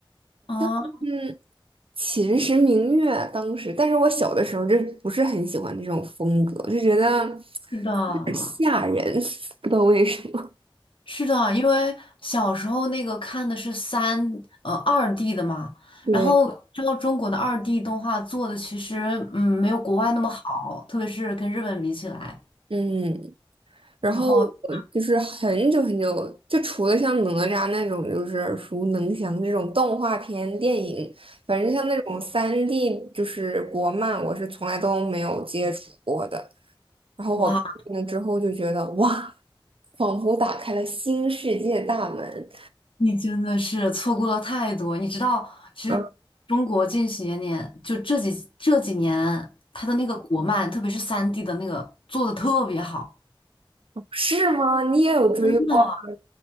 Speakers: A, on the left; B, on the right.
A: 啊，
B: 嗯，秦时明月当时，但是我小的时候就不是很喜欢那种风格，就觉得
A: 是的，
B: 有点吓人，<laughs> 不知道为什么。
A: 是的，因为小时候那个看的是三呃二 D 的嘛，
B: 对，
A: 然后知道中国的二 D 动画做的其实嗯没有国外那么好，特别是跟日本比起来。
B: 嗯。然后我就是很久很久，
A: 然后 <laughs>
B: 就除了像哪吒那种就是耳熟能详这种动画片电影，反正像那种三 d 就是国漫，我是从来都没有接触过的。然后我看了之后就觉得哇，
A: 哇，
B: 仿佛打开了新世界大门。
A: 你真的是错过了太多。你知道，其实中国近些年年就这几这几年，
B: 嗯
A: 它的那个国漫，特别是三 D 的那个做的特别好。
B: 是吗？你也有追过？
A: 真的。